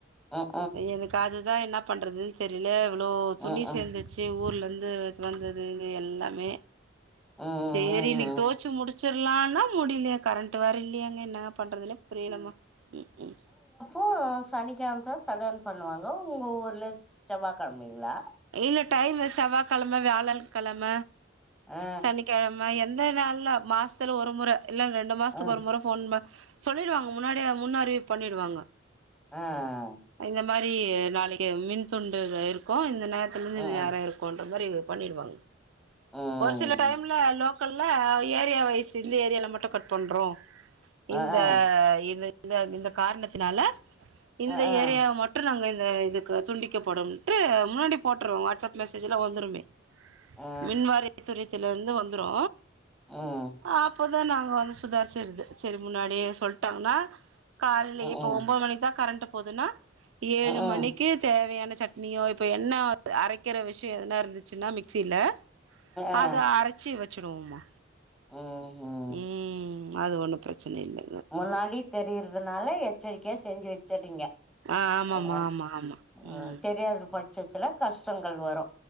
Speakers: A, in the centre; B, on the right.
A: ம்
B: எனக்கு அதுதா என்ன பண்றதுன்னு தெரியில இவ்ளோ துணி
A: ம் ம்
B: சேந்துர்ச்சு ஊர்லேருந்து வந்தது இது எல்லாமே
A: ம்
B: சேரி இன்னைக்கி
A: ம்
B: தோவச்சு முடிச் சர்லான்னா முடிலையே கரண்ட்டு வேற இல்லையங்க என்னா பண்றதுன்னே புரியலம்மா ம் ம்
A: ஓ சனிக்கெழமதா ஷடவுன் பண்ணுவாங்கோ உங்க ஊர்ல செவ்வா கெழமைங்களா
B: இல்ல டைமு செவ்வாய் கழம வியாழல் கழம
A: ஆ
B: சனிக்கெழம் ம் எந்த நாள்ல மாசத்துல ஒரு மொற இல்ல ரெண்டு மாசத்துக்கு
A: ஆ
B: ஒரு மொற ஃபோன் ப சொல்லிடுவாங்க முன்னாடியே முன்னறிவிப்பு பண்ணிடுவாங்க
A: ஆ ஆ
B: இந்த மாரி நாளைக்கி மின துண்டு இத இருக்கு இந்த நேரத்துலருந்து
A: ம்
B: இந்நோரோ இருக்குன் அது மாரி இங்க பண்ணிடுவாங்க
A: ம்
B: ஒரு சில டைம்ல லோக்கல்ல ஏரியா வைஸ் இந்த ஏரியாவுல மட்டும் கட் பண்றோ
A: ஆ
B: இந்த
A: ஆ
B: இந்த இந்த இந்த காரணத்தினால இந்த
A: ஆ ஆ
B: ஏரியாவை மட்டு நாங்க இந்த இதுக்கு துண்டி க்கப்படுன்ட்டு முன்னாடி போட்ருவோங் வாட்ஸ்அப் மெசேஜ்ல வந்துருமே
A: ஆ
B: மின்வாரிய துறியத் இதுலேருந்து வந்துரு
A: ம்
B: அப்பதா நாங்க வந்து சுதாச்சிறது செரி முன்னாடி சொல்லிட்டாங்கன்னா கால்லேயே
A: ம்
B: இப்போ
A: ம்
B: ஒம்பது மணிக்கி தா கரண்ட்டு போதுன்னா ஏழு
A: ம்
B: மணிக் க்கு தேவையான சட்னியோ இப்போ என்ன அரைக்கிற விஷ்யோ எதுனா இருந்துச்சுன்னா மிக்சியில
A: ஆ
B: அத அரைச்சி வச்சுடுவோமா
A: ம்
B: ம் அது ஒண்ணு பிரச்சன இல்ல
A: முன்னாடி தெரியறதுனால எச்சரிக்கையா செஞ்சு வச்சர்றீங்க
B: ஆ ஆமாம்மா
A: அ
B: ஆமா ஆமா
A: அ
B: ம்
A: தெரியாத பட்சத்துல கஷ்டங்கள் வரு